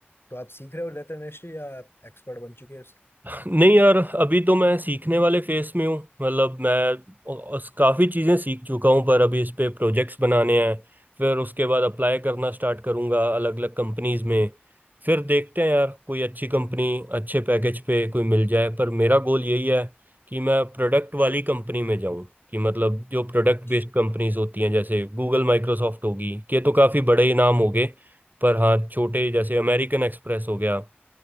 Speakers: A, on the left; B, on the right.
A: तो आप सीख रहे हो डेटा एनालिस्ट या आप एक्सपर्ट बन चुके हो
B: नहीं यार अभी तो मैं सीखने वाले फेस में हूँ मतलब मैं अ- अस- काफ़ी चीज़ें सीख चुका हूँ पर अभी इस पे प्रोजेक्ट्स बनाने हैं फिर उसके बाद अप्लाई करना स्टार्ट करूँगा अलग अलग कंपनीज में फिर देखते हैं यार कोई अच्छी कंपनी अच्छे पैकेज पे कोई मिल जाए पर मेरा गोल यही है कि मैं प्रोडक्ट वाली कंपनी में जाऊँ कि मतलब जो प्रोडक्ट
A: उसके
B: बेस्ड कंपनीज होती हैं जैसे गूगल माइक्रोसॉफ्ट होगी के तो काफ़ी बड़े ही नाम हो गए पर हाँ छोटे जैसे अमेरिकन एक्सप्रेस हो गया